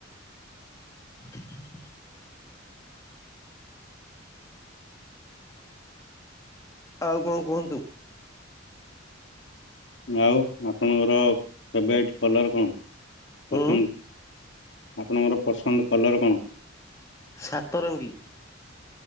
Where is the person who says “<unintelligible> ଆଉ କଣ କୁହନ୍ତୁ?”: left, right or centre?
Left